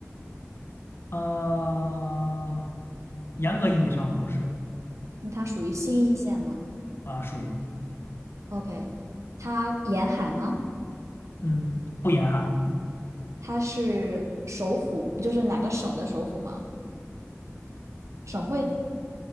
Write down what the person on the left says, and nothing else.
啊，严格意义上不是
啊，属于
嗯不严海，